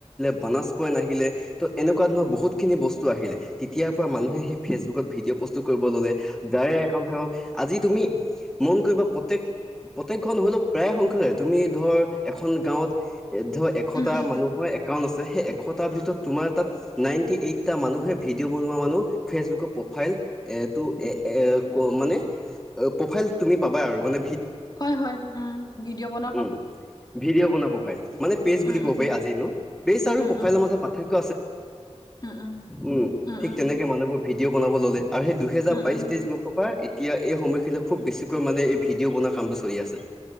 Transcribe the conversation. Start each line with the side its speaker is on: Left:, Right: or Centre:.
Centre: ব পইিলে এনেকুৱা ধৰণৰ বহুত খিনি বস্তু আহিলে তেতিয় মান চুকত ভিডিঅ প্ৰসু কৰিব ললে একাউত আজি তুমি মন কৰিবা প্ৰত্যেক প্ৰত্যেক ঘন হ'লেও প্ৰায় সংখ্য। তুমি ধৰ এখন গাঁৱত এ ধৰ এশটা
Left: উম
Centre: মানুহৰ একাউট আছে। সেই এশটাৰ ভিতৰত তোমাৰ তাত নাইনটি এইটটা মানুহে ভিডিঅ' বনোৱা মানুহ ফেচবুকৰ প্ৰফাইল। এটো এ এ ক মানে প্ৰফাইল তুমি পাবা আৰু মানে।
Left: হয় হয় উ ভিডিঅ' বন।
Centre: উ ভিডিঅ' বনা প্ৰফাইল মানে পেজ
Left: উম
Centre: বুলি ক'ব
Left: উম
Centre: পাৰি আজি দিনত পেজ আৰু
Left: উম
Centre: প্ৰফাইলৰ
Left: উম
Centre: মাজত পাৰ্থক্য।
Left: উম উম
Centre: উ
Left: উম
Centre: ঠিক
Left: উম
Centre: তেনেকে মানুহোৰ ভিডিঅ' বনাব ললে। আৰু সেই দুহেজাৰ
Left: উম
Centre: বাইশ
Left: উম
Centre: তেইশ বৰ্ষৰ পৰা। এতিয়া এই সময়খিনিত খুব বেছিকৈ মানে এই ভিডিঅ' বনোৱা কামটো চলি আছে।